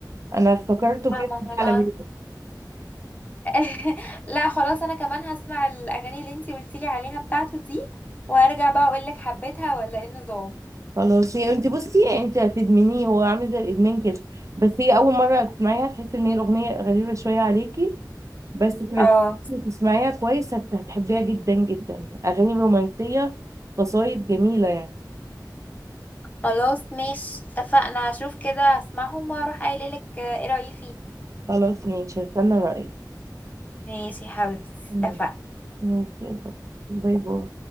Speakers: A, on the right (about 45°); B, on the left (about 20°).
A: انا افتكرته
B: لا
A: كده
B: ما
A: جه
B: انا
A: على بالي
B: <laughs> لا خلاص انا كمان هسمع الاغاني اللي انتي قلتيلي عليها بتاعته دي وهرجع بقى اقولك حبيتها ولا ايه النظام
A: خلاص هي انت بصي انت هتدمنيه هو عامل زي الادمان كده بس هي اول مره تسمعيها تحسي ان هي الاغنيه غريبه شويه عليكي بس تركزي
B: اه
A: وتسمعيها كويس هت- هتحبيها جدا جدا اغاني رومانسيه قصايد جميله يعني
B: خلاص ماشي اتفقنا هشوف كده هسمعهم واروح قايلة لك ايه رأيي فيه
A: خلاص ماشي هستنى رايك
B: ماشي يا حبيبتي
A: مم.
B: اتفقنا
A: ماشي باي باي